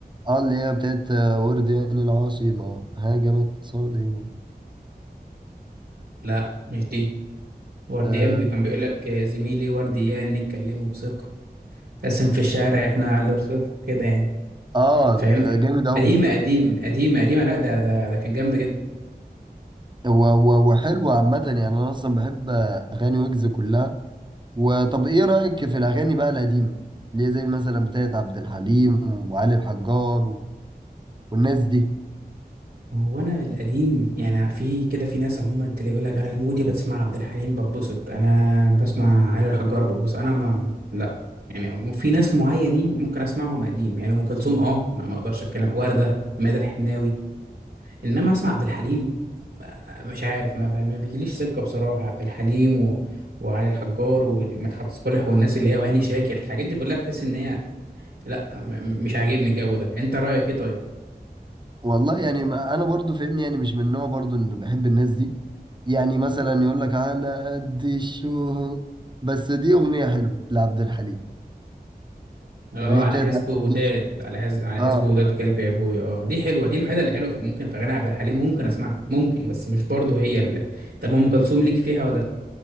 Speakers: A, on the right; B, on the right.
A: آه، اللي هي بتاعت آه، ورديان العاصمة هاجمت صادمة
B: لا مش دي ورديان
A: اه
B: بي... كان بيقول لك آه، زميلي ورديان نتكلموا بثقه قسم في الشارع احنا على الرصيف كده يعني
A: آه،
B: فاهمني
A: جامد أوي
B: قديمه قديم قديمه قديمه لا ده ده ده كان جامده جدا
A: و- و- وحلو عامة يعني أنا أصلا بحب آه، أغاني ويجز كلها وطب إيه رأيك في الأغاني بقى القديمة؟ اللي هي زي مثلا بتاعت عبد الحليم وعلي الحجار والناس دي
B: هو انا القديم يعني في كده في ناس عموما تلاقي يقول لك انا مودي بتسمع عبد الحليم ببسط انا بسمع علي الحجار ببسط انا ما لا يعني في ناس معينين ممكن اسمعهم قديم يعني ام كلثوم اه ما ما اقدرش اتكلم ورده ماذا الحناوي انما اسمع عبد الحليم ما- مش عارف ما, ب- ما بيجيليش سكه بصراحه عبد الحليم و... وعلي الحجار ومدحت صالح والناس اللي هي وهاني شاكر الحاجات دي كلها بحس ان هي لا م- مش عاجبني الجو ده انت رأيك ايه طيب
A: والله يعني ما انا برضو فاهمني يعني مش من نوع برضو ان بحب الناس دي يعني مثلا يقول لك على قد الشو بس دي اغنيه حلوه لعبد الحليم
B: اه
A: اللي
B: على
A: هي بتاعت
B: حزب
A: على
B: وداد
A: قد الشو
B: على حزب على
A: اه
B: حزب وداد كلب يا ابويا اه دي حلوه دي الوحيده اللي حلوه في- ممكن في غنى عبد الحليم ممكن اسمعها ممكن بس مش برضه هي اللي طب ام كلثوم ليك فيها ولا